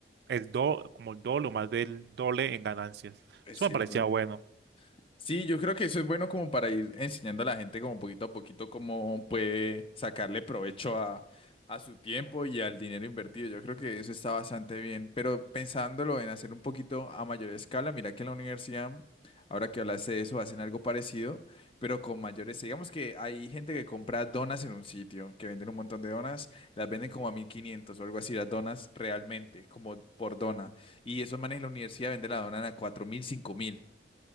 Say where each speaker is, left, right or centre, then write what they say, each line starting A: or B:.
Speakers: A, on the right; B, on the left.
A: el do, como el doble o más del doble en ganancias.
B: Es
A: Eso
B: cierto.
A: me parecía bueno.
B: Sí, yo creo que eso es bueno como para ir enseñando a la gente como poquito a poquito cómo puede sacarle provecho a, a su tiempo y al dinero invertido. Yo creo que eso está bastante bien, pero pensándolo en hacer un poquito a mayor escala, mira que en la universidad, ahora que hablaste de eso, hacen algo parecido, pero con mayores. Digamos que hay gente que compra donas en un sitio, que venden un montón de donas, las venden como a 1500 o algo así, las donas realmente, como por dona. Y esos manes en la universidad venden la dona a cuatro mil cinco mil.